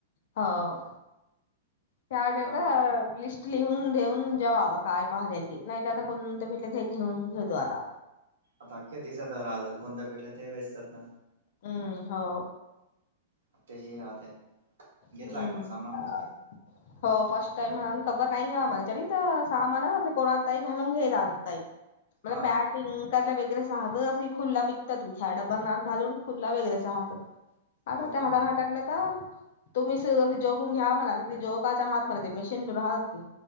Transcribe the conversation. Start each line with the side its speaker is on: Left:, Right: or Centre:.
Left: हो. त्या
Right: आता
Left: तिथं लिस्ट- लिहून देऊन जेवा हव काय पाहिजेल ते, नाहीतर आता कोण ते भेटले ते हे घेऊन घेतो आता.
Right: आता अख्खे देशात ते राहतात, कोणता भेटला ते असतात ना.
Left: हम्म हो.
Right: आत्ता जे राहताय. घेतला
Left: हम्म
Right: का म सामान तर ते?
Left: हो फर्स्ट टाईम म्हणून कवर नाही घेवा, त्याने तर सामान कोणात काही घालून घेतला ताई.
Right: हा
Left: मल पॅट- किं कारला वगैरेच राहात असे खुल्ला बिकतात ईथ्या डब्याला नाक घालून खुल्ला वगैरेच राहतं.
Right: हो
Left: आता त्या
Right: का
Left: हाताने टाकले तर- तुम्ही शेजारी झोपून घ्या म्हणा, झोपायच्या हाय म्हणा ते, मशीन दूर राहाते.